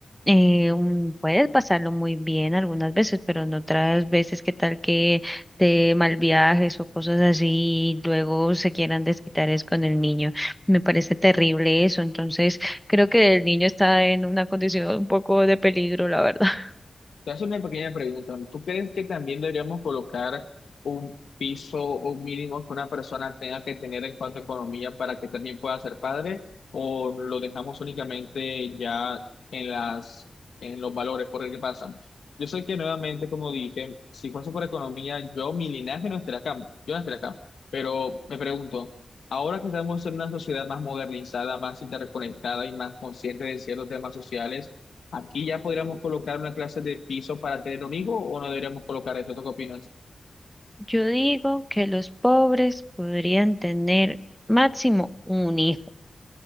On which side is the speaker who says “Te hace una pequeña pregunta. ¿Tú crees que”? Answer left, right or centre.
Left